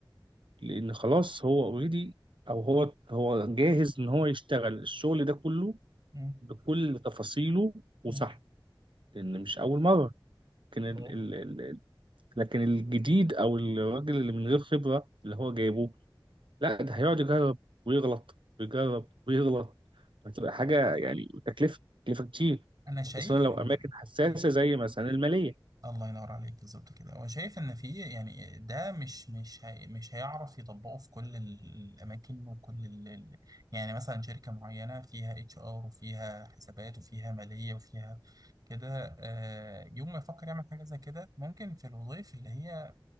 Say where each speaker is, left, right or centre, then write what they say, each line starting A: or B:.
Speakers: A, on the right (about 80°); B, on the right (about 50°).
A: لان خلاص هو اوريدي او هو هو جاهز ان هو يشتغل الشغل ده كله
B: مم.
A: بكل تفاصيله وصح
B: مم.
A: لان مش اول مره لكن ال
B: اه
A: ال ال لكن الجديد او الراجل اللي من غير خبره اللي هو جايبه لا ده هيقعد يجرب ويغلط ويجرب ويغلط هتبقى حاجه يعني تكلفه تكلفه كتير
B: انا شايف
A: خصوصا لو
B: ان
A: اماكن حساسه
B: يعني
A: زي مثلا الماليه
B: الله ينور عليك بالظبط كده هو شايف ان في يعني ده مش مش هي مش هيعرف يطبقه في كل ال- الاماكن وكل ال ال- يعني مثلا شركه معينه فيها اتش ار وفيها حسابات وفيها ماليه وفيها كده آه، يوم ما يفكر يعمل حاجه زي كده ممكن في الوظائف اللي هي